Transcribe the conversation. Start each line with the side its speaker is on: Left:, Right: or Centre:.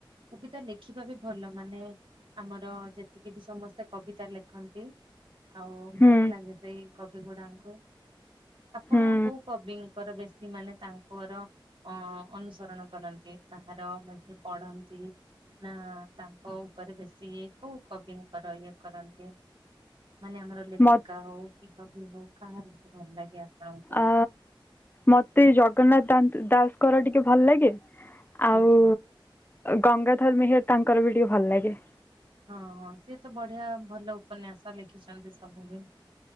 Right: କବତା ଲେଖିବା ବି ଭଲ ମାନେ ଆମର ଯେତିକି ବି ସମସ୍ତେ କବିତା ଲେଖନ୍ତି। ଆଉ
Left: ହୁଁ
Right: ଭଲ ଲାଗେ ସେଇ କବି ଗୁଡାଙ୍କୁ ଆପଣ
Left: ହୁଁ
Right: କୋଉ କବିଙ୍କର ବେଶୀ ସେମାନେ ତାଙ୍କର ଅ ଅନୁସରଣ କରନ୍ତି କାହାର ମନେ ପଢନ୍ତି। ନା ତାଙ୍କ ଉପରେ ବେଶୀ ଇଏ କୋଉ କବିଙ୍କର ଇଏ କରନ୍ତି। ମାନେ ଆମର ଲେଖିକା
Left: ମ
Right: ହଉ କି କବି ହଉ କାହାରକୁ ଭଲ ଲାଗେ ଆପଣଙ୍କୁ?
Left: ଆ ମତେ ଜଗନ୍ନାଥ ଦା ଦାସଙ୍କର ଟିକେ ଭଲ ଲାଗେ ଆଉ
Right: ଆଜ୍ଞା
Left: ଗଙ୍ଗାଧର ମେହେର ତାଙ୍କର ବି ଟିକେ ଭଲ ଲାଗେ।
Right: ହଁ ହଁ ସିଏ ତ ବଢିଆ ଭଲ ଉପନ୍ୟାସ ଲେଖିଛନ୍ତି ସବୁ ବି।